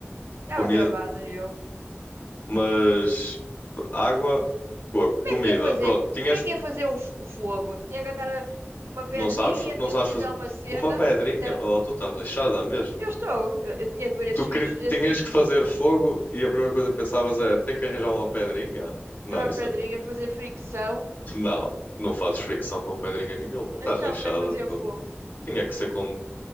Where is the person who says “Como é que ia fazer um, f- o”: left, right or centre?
Right